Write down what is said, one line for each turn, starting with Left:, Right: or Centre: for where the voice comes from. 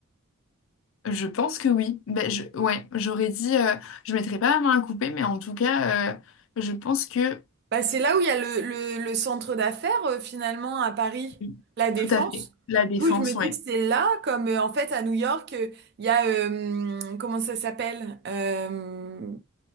Left: Je pense que oui. Ben, je, ouais, j'aurais dit, euh, je mettrais pas la main à couper, mais en tout cas, euh, je pense que
Right: Bah, c'est là où il y a le, le, le centre d'affaires euh, finalement à Paris,
Left: oui,
Right: la Défense.
Left: tout à fait. La défense,
Right: Du coup, je me dis
Left: ouais.
Right: que c'est là, comme euh, en fait à New York, euh, il y a euh, comment ça s'appelle Euh,